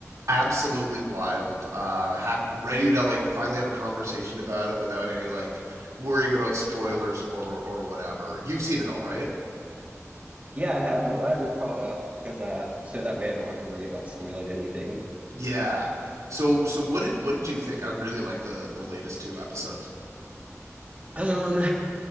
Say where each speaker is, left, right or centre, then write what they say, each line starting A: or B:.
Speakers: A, on the right; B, on the right.
A: Absolutely wild. Uh, hap- ready to like finally have a conversation about it without any like worrying about spoilers or or whatever. You've seen it all, right?
B: Yeah, I have. I'm glad you're caught up because uh so that way I don't have to worry about spoiling anything.
A: Yeah. So so what did what did you think? I really like the the latest two episodes.
B: Um,